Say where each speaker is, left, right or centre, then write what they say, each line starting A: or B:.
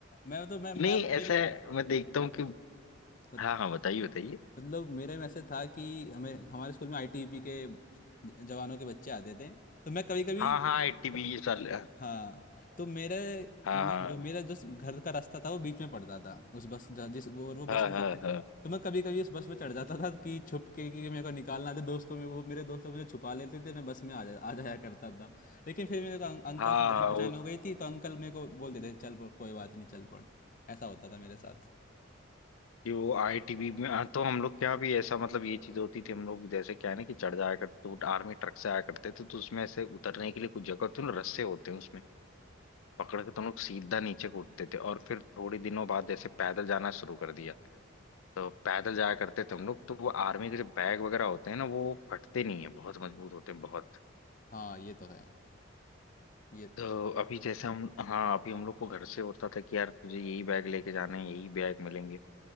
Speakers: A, on the left; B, on the left.
A: मैं तो मैं मैं
B: नहीं ऐसा
A: मेरे
B: है, मैं देखता हूँ कि
A: मत-
B: हाँ हाँ बताइए बताइए।
A: मतलब मेरे में ऐसे था कि हमें हमारे स्कूल में आईटीबीपी के ज- जवानों के बच्चे आते थे तो मैं कभी कभी
B: हाँ हाँ आईटीबी साल
A: हाँ तो मेरे
B: हाँ
A: मे- जो मेरा जो घर का रास्ता था वो बीच में पड़ता था उस बस जिस वो और वो बस
B: हाँ
A: में
B: हाँ
A: आते थे,
B: हाँ
A: तो मैं कभी कभी उस बस में चढ़ जाता था कि छुप के कि मेरे को निकालना थे दोस्तों में वो मेरे दोस्त लोग मुझे छुपा लेते थे मैं बस में आ जा आ जाया करता था लेकिन फिर मेरे को अं, अंकल
B: हाँ
A: से
B: हाँ,
A: जान पहचान
B: वो
A: हो गई थी तो अंकल मेरे को बोल देते थे चल पढ़ कोई बात नहीं चल पढ़ ऐसा होता था मेरे साथ
B: कि वो आईटीबी में हाँ, तो हम लोग क्या भी ऐसा मतलब ये चीज होती थी हम लोग जैसे क्या है ना कि चढ़ जाया करते तो आर्मी ट्रक से आया करते थे तो उसमें ऐसे उतरने के लिए कुछ जगह तो रस्से होते हैं उसमें पकड़ के तो हम लोग सीधा नीचे कूदते थे और फिर थोड़े दिनों बाद जैसे पैदल जाना शुरू कर दिया तो पैदल जाया करते थे हम लोग तो वो आर्मी के जो बैग वगैरह होते हैं ना वो फटते नहीं है बहुत मजबूत होते हैं बहुत
A: हाँ ये तो है ये तो
B: तो
A: है
B: अभी जैसे हम हाँ अभी हम लोग को घर से होता था कि यार तुझे यही बैग लेके जाना है यही बैग मिलेंगे